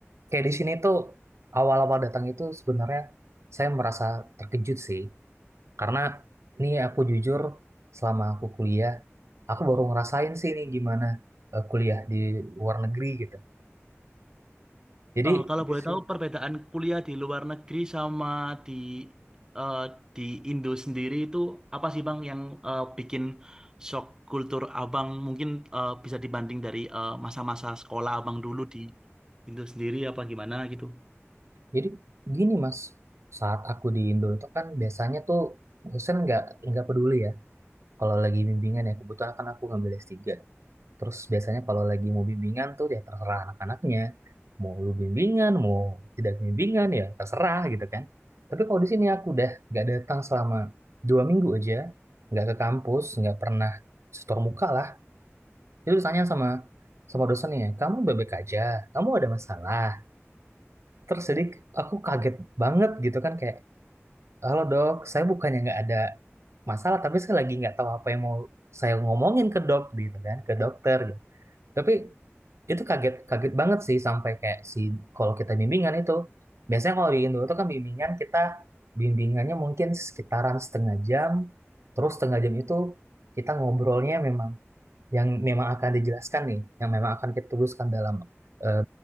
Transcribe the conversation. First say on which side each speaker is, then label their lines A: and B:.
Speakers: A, on the right; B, on the right.
A: kayak di sini tuh awal-awal datang itu sebenarnya saya merasa terkejut sih Karena ini aku jujur selama aku kuliah, aku baru ngerasain sih ini gimana eh, kuliah di luar negeri gitu. Jadi
B: Eh, kalau
A: di
B: boleh
A: si-
B: tahu perbedaan kuliah di luar negeri sama di eh, di Indo sendiri itu apa sih Bang yang eh, bikin shock kultur Abang mungkin eh, bisa dibanding dari eh, masa-masa sekolah Abang dulu di Indo sendiri apa gimana gitu?
A: jadi gini Mas, saat aku di Indo itu kan biasanya tuh dosen nggak nggak peduli ya kalau lagi bimbingan ya kebetulan kan aku ngambil s tiga Terus biasanya kalau lagi mau bimbingan tuh ya terserah anak-anaknya. Mau lu bimbingan, mau tidak bimbingan ya terserah gitu kan. Tapi kalau di sini aku udah nggak datang selama dua minggu aja, nggak ke kampus, nggak pernah setor muka lah. Itu ditanya sama sama dosennya, kamu bebek aja, kamu ada masalah. Terus jadi aku kaget banget gitu kan kayak, halo dok, saya bukannya nggak ada masalah, tapi saya lagi nggak tahu apa yang mau saya ngomongin ke dok gitu kan, ke dokter gitu. Tapi itu kaget kaget banget sih sampai kayak si kalau kita bimbingan itu biasanya kalau di Indo itu kan bimbingan kita bimbingannya mungkin sekitaran setengah jam terus setengah jam itu kita ngobrolnya memang yang memang akan dijelaskan nih yang memang akan kita tuliskan dalam eh,